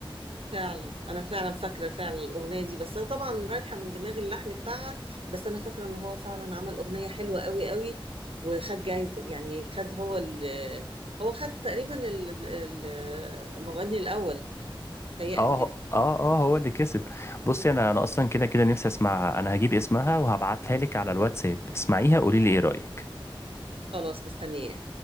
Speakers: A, on the right (about 80°); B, on the left (about 30°).
A: فعلا انا فعلا فاكره فعلا الاغنيه دي بس انا طبعا رايحه من دماغي اللحن بتاعها بس انا فاكره ان هو فعلا عمل اغنيه حلوه قوي قوي وخد جايزه يعني خد هو ال هو خد تقريبا ال- ال- المغني الاول متهيألي
B: اه
A: كده
B: اه اه هو اللي كسب بصي انا انا اصلا كده كده نفسي اسمعها انا هجيب اسمها وهبعتها لك على الواتساب اسمعيها قولي لي ايه رأيك
A: خلاص مستنياه